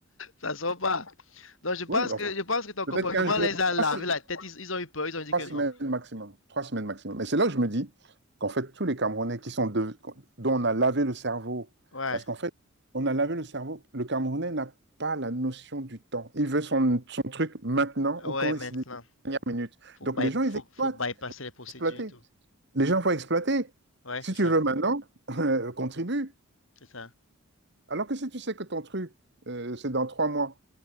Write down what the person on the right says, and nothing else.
ouais, alors,
peut-être
15 jours,
3,
Trois
semaines
maximum. Trois semaines maximum. Et c'est là que je me dis qu'en fait, tous les Camerounais qui sont de- dont on a lavé le cerveau,
parce qu'en fait, on a lavé le cerveau, le Camerounais n'a pas la notion du temps. Il veut son, son truc maintenant
ou quand
c'est les dernières minutes.
Donc
les gens,
ils exploitent.
Exploiter.
Les gens vont exploiter.
Si
tu
veux maintenant, <laughs> euh, contribue.
Alors que si tu sais que ton truc, euh, c'est dans trois mois,